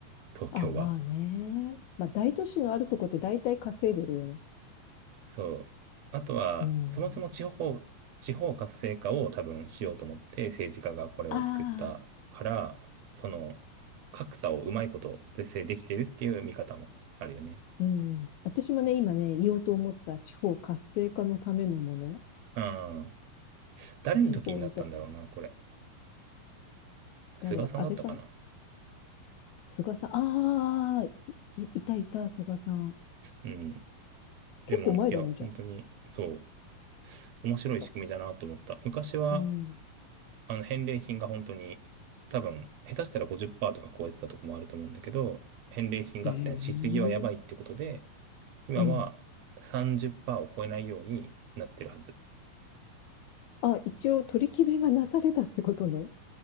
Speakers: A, on the right; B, on the left.
A: 東京は。
B: あ、まあね。まあ大都市のあるとこって大体稼いでるよね。
A: そう。あとは、
B: うん。
A: そもそも地方、地方活性化を多分しようと思って政治家がこれを作ったから、
B: ああ、
A: その格差をうまいこと是正できてるっていう見方もあるよね。
B: うん。私もね、今ね、言おうと思った地方活性化のためのもの。
A: うん。誰の時になったんだろうな、
B: 地方だ、
A: これ。菅さんだったかな。
B: 誰安倍さん菅さんああー、い、いたいた、菅さん。
A: うん。でも、
B: 結構前だね、
A: いや、本当に、
B: じゃ
A: そう、面白い仕組みだなと思った。
B: あ。
A: 昔は、
B: うん。
A: あの、返礼品が本当に、多分、下手したら50%とか超えてたとこもあると思うんだけど、返礼品合戦しすぎはやばいってことで、
B: へえ。
A: 今は30%
B: うん。
A: を超えないようになってるはず。
B: あ、一応取り決めがなされたってことね。